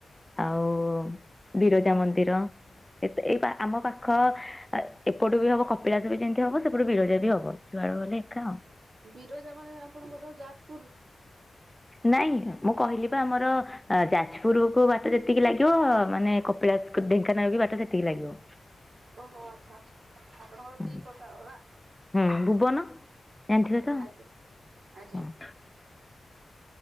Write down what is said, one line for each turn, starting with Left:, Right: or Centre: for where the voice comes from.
Centre: ଆଉ ବିରଜା ମନ୍ଦିର ଏତ ଏଇ ଆମ ପାଖ ଆ ଏପଟୁ ବି ହବ କପିଳାସ ବି ଯେମିତି ହବ ସେପଟୁ ବିରଜା ବି ହବ। <unintelligible>
Right: ବିରଜା ମାନେ ଆପଣଙ୍କର ଘର ଯାଜପୁର?
Centre: ନାଇଁ ମୁଁ କହିଲି ପା ଆମର ଯାଜପୁରୁ କୁ ବା ଟ ଯେତିକି ଲାଗିବ ମାନେ କପିଳାସ ଢେଙ୍କାନାଳ ବି ବାଟ ସେତିକି ଲାଗିବ।
Right: ଓହୋ ଆପଣଙ୍କର
Centre: ହୁଁ
Right: ଦି ପ୍ରକାର ରା
Centre: ହୁଁ ଭୁବନ ଜାଣିଥିବେ ତ
Right: ଆଜ୍ଞା। ଆଜ୍ଞା
Centre: ହଁ।